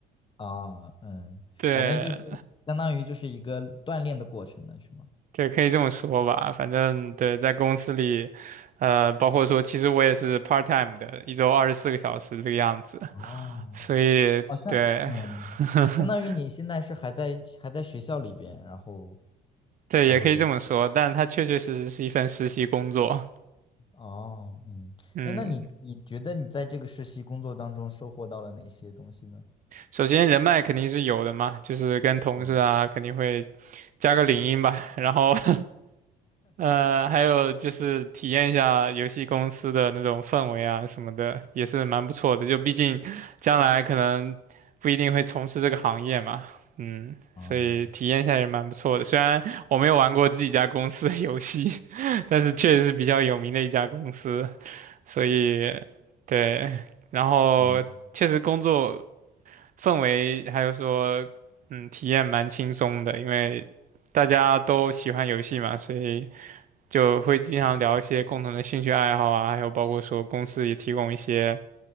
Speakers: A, on the left (about 30°); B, on the right (about 50°).
A: 啊，嗯，
B: 对
A: 反正就是相当于就是一个锻炼的过程呢，是吗？
B: 对，可以这么说吧，反正对，在公司里，呃，包括说，其实我也是 part time 的，一周二十四个小时这个样子。
A: 哦
B: 所以对，
A: 好像嗯，
B: <laughs>
A: 相当于你现在是还在还在学校里边，然后
B: 对，
A: 然后就是
B: 也可以这么说，但它确确实实是一份实习工作。
A: 哦，嗯，
B: 嗯，
A: 哎，那你你觉得你在这个实习工作当中收获到了哪些东西呢？
B: 首先人脉肯定是有的嘛，就是跟同事啊肯定会
A: 嗯
B: 加个领英吧，然后 <laughs> 呃还有就是体验一下游戏公司的那种氛围啊什么的，也是蛮不错的。就毕竟将来可能不一定会从事这个行业嘛，嗯，
A: 啊，
B: 所以体验一下也蛮不错的。虽然我没有玩过自己家公司的游戏，<laughs> 但是确实是比较有名的一家公司，所以对，然后确实工作。
A: 嗯嗯
B: 氛围还有说，嗯，体验蛮轻松的，因为大家都喜欢游戏嘛，所以就会经常聊一些共同的兴趣爱好啊，
A: 啊。
B: 还有包括说公司也提供一些